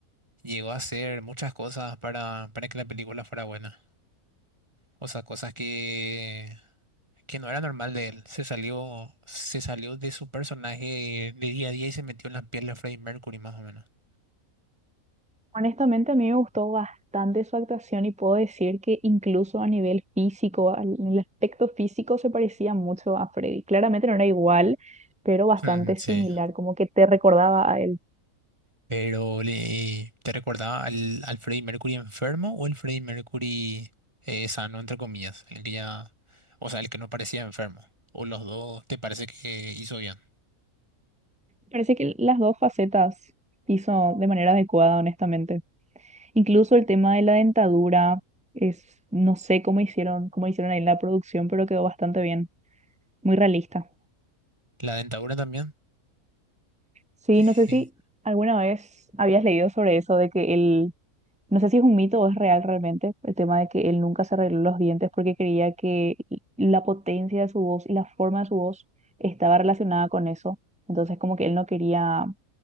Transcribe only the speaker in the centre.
Honestamente, a mí me gustó bastante su actuación y puedo decir que incluso a nivel físico, al- en el aspecto físico se parecía mucho a Freddy. Claramente no era igual, pero bastante
similar, como que te recordaba a él.
Parece que las dos facetas hizo de manera adecuada, honestamente. Incluso el tema de la dentadura es, no sé cómo hicieron, cómo hicieron ahí en la producción, pero quedó bastante bien, muy realista.
Sí,
no sé si alguna vez habías leído sobre eso de que él No sé si es un mito o es real realmente el tema de que él nunca se arregló los dientes porque creía que la potencia de su voz y la forma de su voz estaba relacionada con eso. Entonces como que él no quería